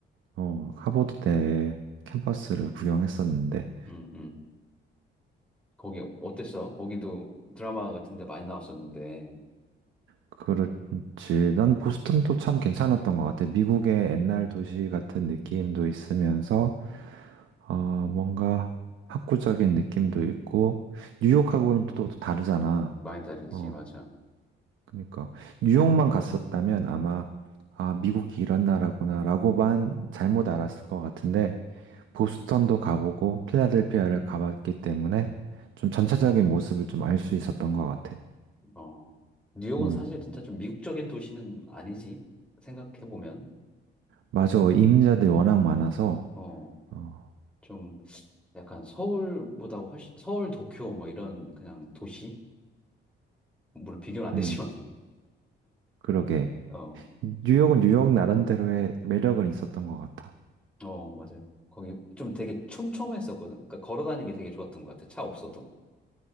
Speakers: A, on the right (about 80°); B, in the centre.
A: 어, 하버드 대 캠퍼스를 구경했었는데.
B: 음, 음. 거기 어땠어? 거기도 드라마 같은데 많이 나왔었는데.
A: 그렇지. 난 보스턴도 참 괜찮았던 것 같아. 미국의 옛날 도시 같은 느낌도 있으면서, 아, 뭔가 학구적인 느낌도 있고, 뉴욕하고는 또, 또 다르잖아.
B: 많이 다르지,
A: 어,
B: 맞아.
A: 그러니까 뉴욕만 갔었다면 아마 아 미국이 이런 나라구나라고만 잘못 알았을 것 같은데 보스턴도 가보고 필라델피아를 가봤기 때문에 좀 전체적인 모습을 좀 알 수 있었던 것 같아.
B: 어, 뉴욕은
A: 어,
B: 사실 진짜 좀 미국적인 도시는 아니지. 생각해보면.
A: 맞아. 이민자들이 워낙 많아서
B: 어,
A: 어,
B: 좀 약간 서울보다 훨씬, 서울, 도쿄 뭐 이런 그냥 도시? 물론 비교는 안 되지만.
A: 음, 그러게.
B: <laughs> 어,
A: 뉴욕은 뉴욕 나름대로의 매력은 있었던 것 같아.
B: 어, 맞아요. 거기 좀 되게 촘촘했었거든. 그러니까 걸어 다니기 되게 좋았던 것 같아. 차 없어도.